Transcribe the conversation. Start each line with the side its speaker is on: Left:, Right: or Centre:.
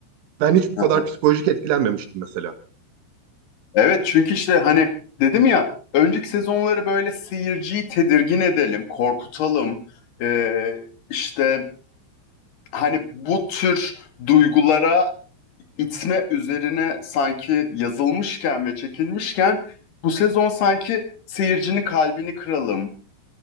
Right: ben hiç bu
Left: hı.
Right: kadar psikolojik etkilenmemiştim mesela.
Left: Evet çünkü işte hani dedim ya önceki sezonları böyle seyirciyi tedirgin edelim, korkutalım. Ee, işte hani bu tür duygulara itme üzerine sanki yazılmışken ve çekilmişken bu sezon sanki seyircinin kalbini kıralım.